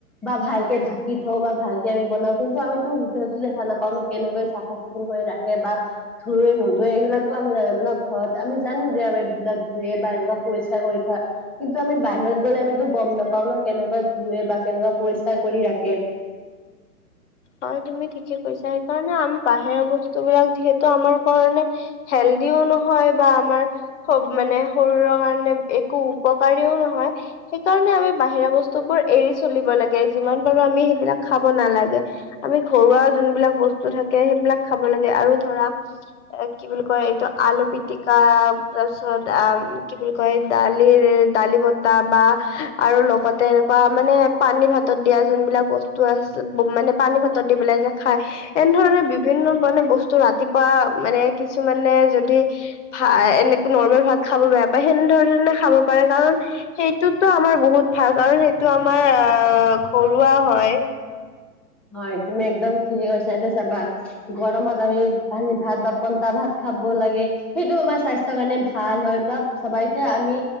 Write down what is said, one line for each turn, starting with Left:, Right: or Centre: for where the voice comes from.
Centre: বা ভাল, ঢাকি থওঁ বা ভালকে আমি বনাওঁ কিন্তু আমিতো হোতো দেখা নাপাওঁ ন কেনেকৈ চাফা চিকুণ কৰি ৰাখে বা, ধুই নুধুৱে এইবিলাক আমি নাজানো ন ঘৰত আমি জানো যে আমাৰ এইবিলাক ধুৱে বা এনেকুৱা পৰি, কৰি থয় কিন্তু আমি বাহিৰত গ'লে আমিতো গম নাপাও ন কেনেকুৱা ধুুৱে বা কেনেকুৱা পৰিষ্কাৰ, কৰি ৰাখে।
Left: হয় তুমি ঠিকে কৈছা সেইকাৰণে আমি বাহিৰৰ বস্তু বিলাক যিহেতু আমাৰ কাৰণে হেল, ও নহয় বা আমাৰ মানে শ শৰীৰ কাৰণে। একো উপকাৰীও নহয় সেইকাৰণে আমি বাহিৰা বস্তু বোৰ এৰি চলিব লাগে যিমান পাৰো আমি। সেইবিলাক খাব নালাগে। আমি ঘৰুৱা যোনবিলাক বস্তু থাকে সেইবিলাক খাব লাগে আৰু ধৰা কি বুলি কয় এইটো আলু পিটিকা তাৰপিছত আ কি বুলি কয় দালিৰ দালি, বতা বা আৰু লগতে এনেকুৱা মানে পানী ভাতত। দিয়া যোনবিলাক বস্তু আছে মানে পানী ভাতত দি পেলাই যে খাই এনেধৰণে বিভিন্ন মানে বস্তু ৰাতিপুৱা মানে কিছুমানে যদি ভা এনেকে নৰ্মেল ভাত খাব বেয়া পায় সে খাব পাৰে কাৰণ সেইটোতো আমাৰ বহুত ভাল কাৰণ সেইটো আমাৰ আহ পৰুৱা হয়।
Centre: হয় তুমি একদম ঠিকেই কৈছা চাবা গৰমত আমি পানী ভাত বা পইতা ভাত খাব লাগে সেইটো আমাৰ স্বাস্থ্যৰ কাৰণে ভাল হয় বা চাবা আমি